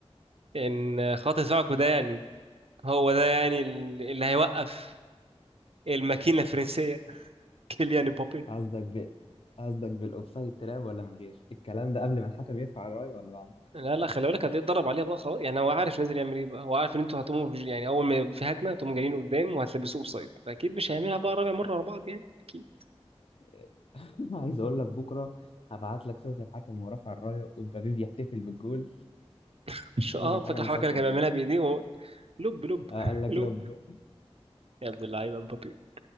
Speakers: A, on the right (about 65°); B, on the left (about 60°).
A: إن خط دفاعكم ده يعني هو ده يعني ال- اللي هيوقف الماكينة الفرنسية كيليان امبابي
B: قصدك بال قصدك بالاوفسايد تلعب ولا من غير الكلام ده قبل ما الحكم يرفع الرايه ولا بعد
A: لا لا خلي بالك هتتدرب عليها بقى خلاص يعني هو عارف نازل يعمل ايه بقى هو عارف ان انتوا هتقوموا يعني اول ما يبقى في هجمه هتقوموا جايين قدام وهتلبسوه اوفسايد فاكيد مش هيعملها بقى رابع مره ورا بعض يعني اكيد
B: <laughs> عايز اقول لك بكره هبعت لك صورة الحكم وهو رافع الرايه ومبابي بيحتفل بالجول
A: <laughs> مش
B: قبل
A: اه
B: ما الحكم
A: فاكر الحركه
B: يصفر
A: اللي كان
B: بالظبط
A: بيعملها بايديه وهو لب لب
B: آه،
A: <laughs>
B: قال لك
A: لب
B: لب
A: يا ابن اللعيبه مبابي